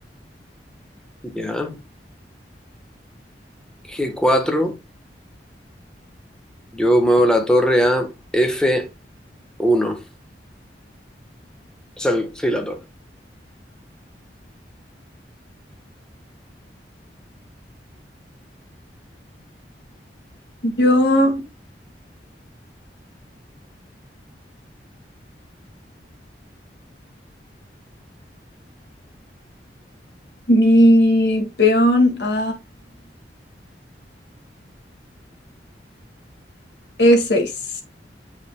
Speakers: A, in the centre; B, on the left.
A: Ya. g cuatro. yo muevo la torre a f uno. O sea, el- sí, la torre.
B: Yo mi peón a E6.